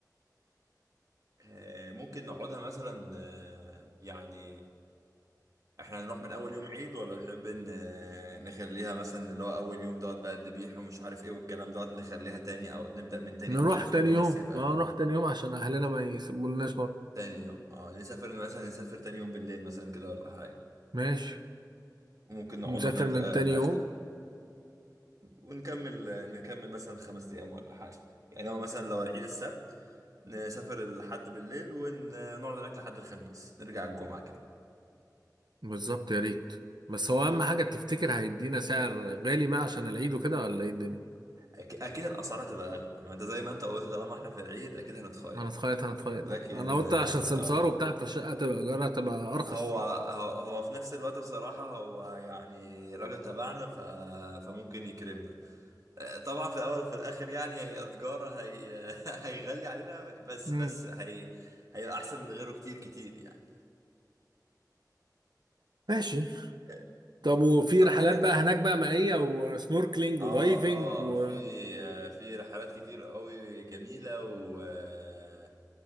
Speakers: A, on the right; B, on the right.
A: آه، ممكن نقعدها مثلا آه، يعني احنا هنروح من اول يوم عيد ولا نحب ان نخليها مثلا اللي هو اول يوم دوت بقى الذبيح ومش عارف ايه والكلام دوت نخليها تاني او نبدأ من تاني
B: نروح
A: او تالت
B: تاني
A: يوم بحيث
B: يوم
A: يبقى
B: اه نروح
A: ال-
B: تاني يوم عشان اهلنا ما يسيبولناش برضه
A: تاني يوم اه نسافر مثلا نسافر تاني يوم بالليل مثلا كده ولا حاجة
B: ماشي
A: وممكن نقعد
B: نسافر
A: هناك
B: من
A: لآ-
B: تاني
A: لآخر
B: يوم
A: ونكمل نكمل مثلا خمس ايام ولا حاجة يعني هو مثلا لو العيد السبت نسافر الحد بالليل ونقعد هناك لحد الخميس نرجع الجمعة كده
B: بالظبط يا ريت بس هو اهم حاجه تفتكر هيدينا سعر غالي بقى عشان العيد وكده ولا ايه الدنيا
A: أك- اكيد الاسعار هتبقى اغلى ما انت زي ما انت قلت طالما احنا في العيد اكيد هنتخيط
B: هنتخيط هنتخيط
A: لكن
B: ده انا قلت
A: اه
B: عشان سمسار
A: آه،
B: وبتاع فالشقه تبقى ايجارها تبقى ارخص
A: هو هو هو في نفس الوقت بصراحة هو يعني راجل تبعنا ف... فممكن يكرمنا آه، طبعا في الأول وفي الآخر يعني هي تجارة هي... <laughs> هيغلي علينا بس
B: امم
A: بس هي هيبقى أحسن من غيره كتير كتير يعني
B: ماشي
A: آه،
B: طب وفي
A: فاحنا
B: رحلات
A: كده
B: بقى هناك بقى مائيه وسنوركلينج
A: اه
B: ودايفنج
A: اه
B: و
A: في آه، في رحلات كتير قوي جميله و آه،